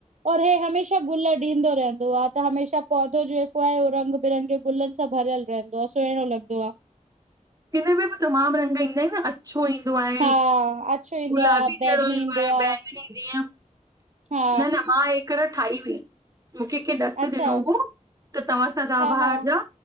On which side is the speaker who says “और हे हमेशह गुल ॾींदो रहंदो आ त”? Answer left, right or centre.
Right